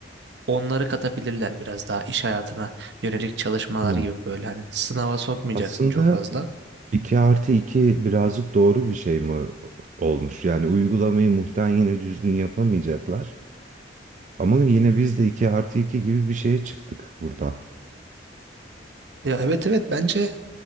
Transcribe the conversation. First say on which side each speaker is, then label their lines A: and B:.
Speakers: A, on the right; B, on the right.
A: onları katabilirler biraz daha iş hayatına yönelik çalışmalar
B: Hı.
A: gibi böyle hani sınava sokmayacaksın
B: Aslında
A: çok fazla.
B: 2 artı 2 birazcık doğru bir şey mi olmuş? Yani uygulamayı muhtemelen yine düzgün yapamayacaklar. Ama yine biz de 2 artı 2 gibi bir şeye çıktık burada.
A: Ya evet evet bence